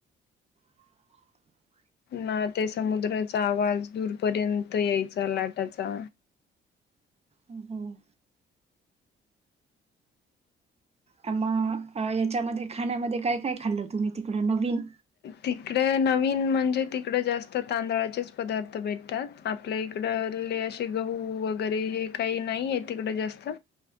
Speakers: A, on the right; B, on the left.
A: <inaudible>
B: ना ते समुद्राचा आवाज दूरपर्यंत यायचा लाटाचा.
A: हम्म आम्हा अ याच्यामध्ये खाण्यामध्ये काय काय खाल्लं तुम्ही तिकड? नवीन
B: तिकड नवीन म्हणजे तिकडे जास्त तांदळाचेच पदार्थ भेटतात. आपल्या इकड ले असे गहू वगैरे हे काही नाहीय तिकडं जास्त.